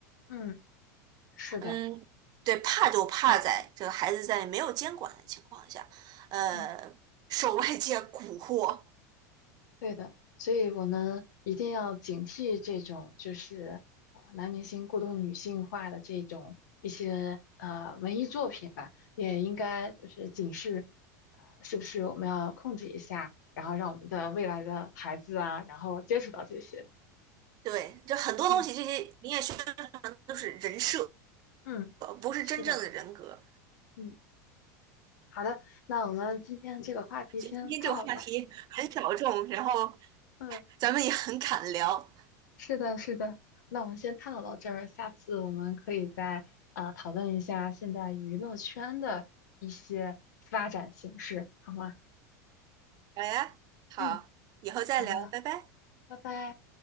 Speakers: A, on the left; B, on the right.
A: 嗯，是的。
B: 嗯，对，怕就怕在这个孩子在没有监管的情况下，呃，
A: 嗯。
B: 受外界蛊惑。
A: 对的，所以我们一定要警惕这种就是呃男明星过度女性化的这种一些呃文艺作品吧，也应该就是警示，呃，是不是我们要控制一下，然后让我们的未来的孩子啊，然后接触到这些。
B: 对，就很多东西，
A: 嗯
B: 这些你也需要都是人设，
A: 嗯，
B: 不是真正的人格。
A: 是的，嗯，好的，那我们今天这个话题先探讨了，
B: 觉得今天这个话题很小众，然后
A: 嗯。
B: 咱们也很敢聊。
A: 是的，是的。那我们先探讨到这儿，下次我们可以再呃讨论一下现在娱乐圈的一些发展形势，好吗？
B: 哎，好，
A: 嗯，
B: 以后再聊，
A: 好的，
B: 拜拜。
A: 拜拜。